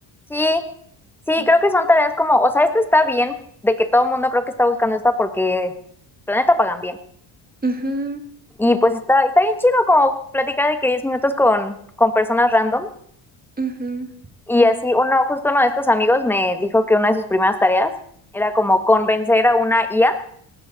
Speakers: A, in the centre; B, on the right (about 20°).
A: Sí, sí,
B: Mm.
A: creo que son tareas como, o sea, esta está bien, de que todo el mundo creo que está buscando esta porque planeta pagan bien.
B: Ujú,
A: Y pues está, está bien chido como platicar de que 10 minutos con, con personas random.
B: ujú,
A: Y así, uno, justo uno de estos amigos me dijo que una de sus primeras tareas era como convencer a una IA